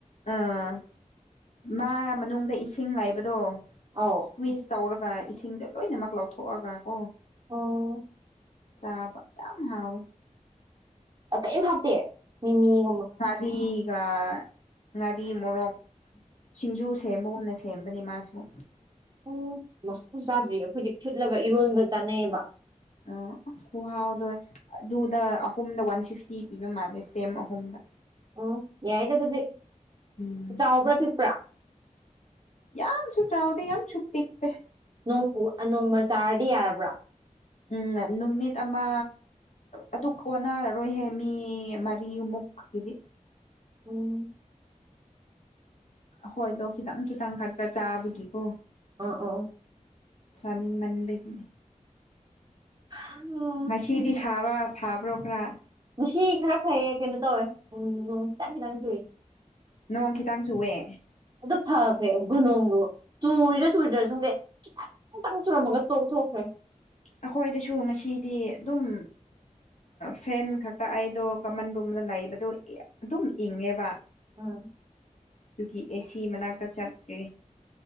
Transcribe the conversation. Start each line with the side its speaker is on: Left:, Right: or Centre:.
Left: ꯑꯥ ꯃꯥ ꯃꯅꯨꯡꯗ ꯏꯁꯤꯡ ꯉꯥꯏꯕꯗꯣ
Right: ꯑꯧ
Left: ꯁꯀ꯭ꯋꯤꯁ ꯇꯧꯔꯒ ꯏꯁꯤꯡꯗꯣ ꯂꯣꯏꯅꯃꯛ ꯂꯧꯊꯣꯛꯑꯒ ꯀꯣ
Right: ꯑꯣ
Left: ꯆꯥꯕ ꯌꯥꯝ ꯍꯥꯎ
Right: ꯑ ꯀꯩꯝ ꯍꯥꯞꯇꯦ ꯃꯤꯃꯤ
Left: ꯉꯥꯔꯤꯒ ꯉꯥꯔꯤ ꯃꯣꯔꯣꯛ ꯁꯤꯡꯖꯨ ꯁꯦꯝꯕꯒꯨꯝꯅꯁꯦ ꯁꯦꯝꯕꯅꯦ ꯃꯥꯁꯤꯃꯨ
Right: ꯎ ꯃꯍꯥꯎ ꯆꯥꯗ꯭ꯔꯤ ꯑꯩꯈꯣꯏꯗꯤ ꯐꯨꯠꯂꯒ ꯏꯔꯣꯟꯕ ꯆꯥꯅꯩꯑꯕ
Left: ꯑꯣ ꯑꯁ ꯈꯨꯍꯥꯎꯗꯣ ꯑꯗꯨꯗ ꯑꯍꯨꯝꯗ ꯋꯥꯟ ꯐꯤꯐꯇꯤ ꯄꯤꯕ ꯃꯥꯜꯂꯦ ꯏꯁꯇꯦꯝ ꯑꯍꯨꯝꯗ
Right: ꯑꯣ ꯌꯥꯏꯗ ꯑꯗꯨꯗꯤ
Left: ꯎꯝ
Right: ꯆꯥꯎꯕ꯭ꯔꯥ ꯄꯤꯛꯄ꯭ꯔꯥ
Left: ꯌꯥꯝꯁꯨ ꯆꯥꯎꯗꯦ ꯌꯥꯝꯁꯨ ꯄꯤꯛꯇꯦ
Right: ꯅꯣꯡꯎ ꯅꯣꯡꯃ ꯆꯥꯔꯗꯤ ꯌꯥꯔꯕ꯭ꯔꯥ
Left: ꯎꯝ ꯅꯨꯃꯤꯠ ꯑꯃ ꯑꯗꯨ ꯑꯣꯅꯔꯔꯣꯏꯍꯦ ꯃꯤ ꯃꯔꯤꯃꯨꯛ ꯀꯗꯤ
Right: ꯎꯝ
Left: ꯍꯣꯏꯗꯣ ꯈꯤꯇꯪ ꯈꯤꯇꯪ ꯈꯛꯇ ꯆꯥꯕꯒꯤꯀꯣ
Right: ꯑꯥ ꯑꯥ
Left: ꯁꯅꯤ ꯃꯟꯕꯒꯤ
Right: ꯑꯣ
Left: ꯃꯁꯤꯗꯤ ꯐꯕ ꯐꯕ꯭ꯔꯣ ꯈ꯭ꯔꯥ
Right: ꯉꯁꯤ ꯈꯔ ꯐꯩꯌꯦ ꯀꯩꯅꯣ ꯇꯧꯋꯦ ꯎ ꯈꯤꯇꯪ ꯈꯤꯇꯪ ꯆꯨꯏ
Left: ꯅꯣꯡ ꯈꯤꯇꯪ ꯆꯨꯑꯦ
Right: ꯑꯗꯨ ꯐꯈ꯭ꯔꯦ ꯒꯨꯅꯣꯡꯗꯨꯣ ꯆꯨꯔꯤꯔꯥ ꯆꯨꯔꯤꯗ꯭ꯔꯥ ꯁꯨꯡꯗꯦ ꯈꯤꯇꯪ ꯇꯪ ꯆꯨꯔꯝꯃꯒ ꯇꯣꯛꯊꯈ꯭ꯔꯦ
Left: ꯑꯩꯈꯣꯏꯗꯁꯨ ꯉꯁꯤꯗꯤ ꯑꯗꯨꯝ ꯐꯦꯟ ꯈꯛꯇ ꯑꯩꯗꯣ ꯀꯃꯟ ꯔꯨꯝ ꯂꯩꯕꯗ ꯑꯗꯨꯝ ꯏꯪꯉꯦꯕ
Right: ꯑꯝ
Left: ꯑꯗꯨꯒꯤ ꯑꯦꯁꯤ ꯃꯅꯥꯛꯇ ꯆꯠꯇ꯭ꯔꯦ